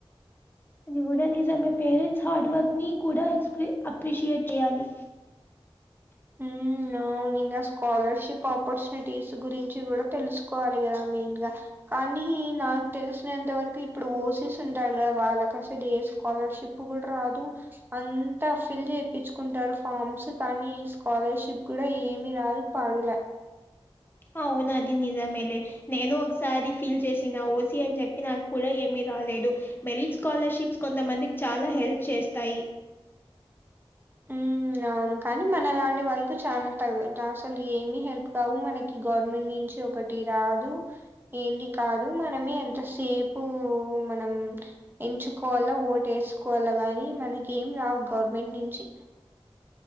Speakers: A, on the left; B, on the right.
A: అది కూడా నిజమే పేరెంట్స్ హార్డ్ వర్క్ని కూడా ఎక్స్ అప్రిషియేట్ చేయాలి
B: ఉమ్ అవును ఇంగ స్కాలర్షిప్ ఆపర్చునిటీస్ గురించి కూడా తెలుసుకోవాలి కదా మెయిన్గా కానీ నాకు తెలిసినంత వరకు ఇప్పుడు ఓసీస్ ఉండల వాళ్ళకు అసలు ఏ స్కాలర్షిప్ కూడ రాదు అంతా ఫిల్ చేపించుకుంటారు ఫార్మ్స్ కానీ స్కాలర్షిప్ కూడా ఏమి రాదు పడ్లే
A: అవునది నిజమేలే నేను ఒకసారి ఫీల్ చేసిన ఓసి అని చెప్పి నాకు కూడా ఏమి రాలేదు మెరిట్ స్కాలర్షిప్స్ కొంతమందికి చాలా హెల్ప్ చేస్తాయి
B: ఉమ్ అవును కానీ మనలాంటి వాళ్ళతో చాలా తగ అసలు ఏమి హెల్ప్ కావు మనకి గవర్నమెంట్ నుంచి ఒకటి రాదు ఏంది కాదు మనమే ఎంత సేపు మనం ఎంచుకోవాలా ఓటు వేసుకోవాలా గాని మనకి ఏం రావు గవర్నమెంట్ నుంచి